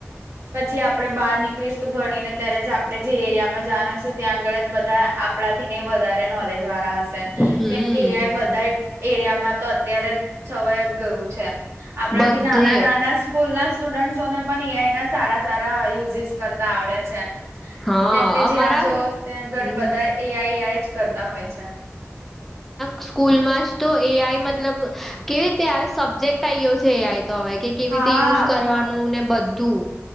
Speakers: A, on the right; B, in the centre.
A: પછી આપડણે બહાર નીકળીશું ભણીને ત્યારે જ આપડણે જે એરિયામાં જવાનું હોય છે ત્યાં આગળ જ બધા. કપડા થી ને વધારે નોલેજ વાળા હશે.
B: હમ
A: કેમ કે એ બધા એરિયામાં તો અત્યારે છવાય જ ગયું છે. આપણાથી
B: બધે
A: નાના નાના. સ્કૂલ ના સ્ટુડન્ટસોને પણ ઈઆઈ ના સારા સારા યુઝિસ કરતા આવડે છે.
B: હા
A: કેમ કે
B: અમારા
A: જ્યાં જો
B: હમ
A: ત્યાંગળ બધા એ આઈ એ આઈ જ કરતા હોય છે.
B: સ્કૂલ માં જ તો એ આઈ મતલબ કેવી રીતે આવે. સબ્જેક્ટ આ્યો છે તો હવે કે કેવી
A: હા
B: રીતે યુઝ કરવાનું ને બધું.